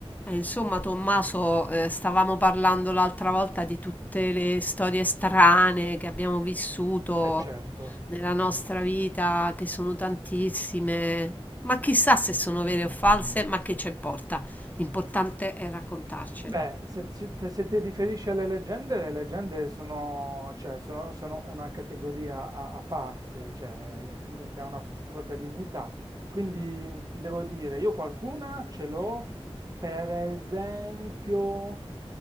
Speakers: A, on the left (about 15°); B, on the right (about 35°).
A: Eh, insomma, Tommaso, eh, stavamo parlando l'altra volta di tutte le storie strane che abbiamo vissuto
B: Eh certo,
A: nella nostra vita, che sono tantissime, ma chissà se sono
B: eh, certamente.
A: vere o false, ma che ci importa? L'importante è raccontarcele.
B: Beh, se, ci- te- se ti riferisci alle leggende, le leggende sono, cioè, sono- sono una categoria a, a parte, cioè, che che ha una propria dignità. Quindi ti devo dire, io qualcuna ce l'ho, per esempio,